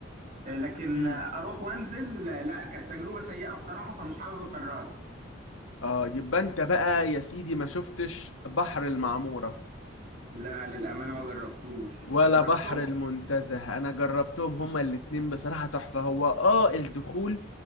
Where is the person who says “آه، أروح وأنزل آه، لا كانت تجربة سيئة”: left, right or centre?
Right